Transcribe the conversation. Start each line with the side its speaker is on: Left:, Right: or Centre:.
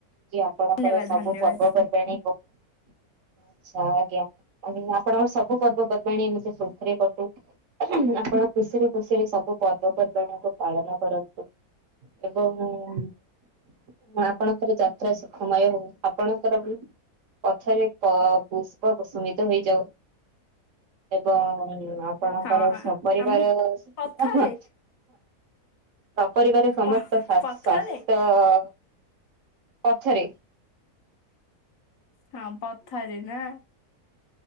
Right: ଆପଣଙ୍କର
Left: ଧନ୍ୟବାଦ
Right: ସବୁ
Left: ଧନ୍ୟବାଦ
Right: ପର୍ବପର୍ବାଣୀ ଆଛା ଆଜ୍ଞା <unintelligible> ପର୍ଣି ଖୁସିରେ କଟୁ ଆପଣ ଖୁସିରେ ଖୁସିରେ ସବୁ ପର୍ବପର୍ବାଣ କ ପାଳନ କରନ୍ତୁ ଏବଂ ହଁ ଆପଣଙ୍କର ଯାତ୍ରା ସୁଖମୟ ହଉ ଆପଣଙ୍କର ପଥରେ ପ-ପୁଷ୍ପ ଷମିତ ହେଇଯାଉ। ଏବଂ ଆପଣଙ୍କର
Left: ହଁ
Right: ସ ପରରିବାର
Left: ଆମ ପଥରେ
Right: ସପରିବାର ସମସ୍ତ
Left: ପ
Right: ସ୍ୱା-ସ୍ୱାସ୍ଥ୍ୟ
Left: ପଥରେ
Right: ପଛରେ
Left: ହଁ ପଥାରେ ନା